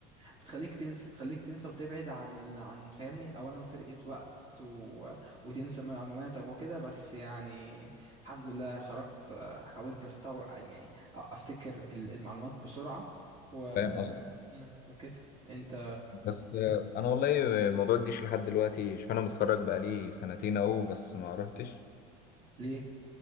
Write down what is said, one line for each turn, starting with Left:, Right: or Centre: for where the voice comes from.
Right: بتخليك تنسى تخليك تنسى وتبعد عن ال... عن فاهمني اولا سرقة وقت و... وتنسى معلوماتك وكده بس يعني الحمد لله خرجت آه، حاولت استوعب يعني افتكر ال- المعلومات بسرعة و
Left: فاهم قصدك
Right: مم، وكده انت
Left: بس آه، انا والله موضوع الجيش لحد دلوقتي شوف انا متخرج بقالي سنتين اهو بس ما رحتش
Right: ليه